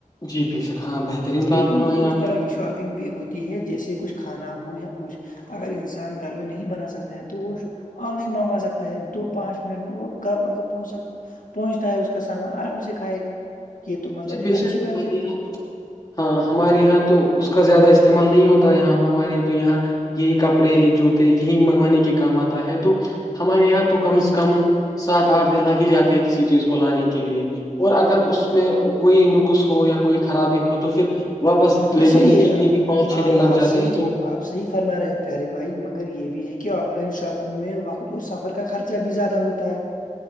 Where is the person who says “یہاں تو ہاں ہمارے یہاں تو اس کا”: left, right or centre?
Left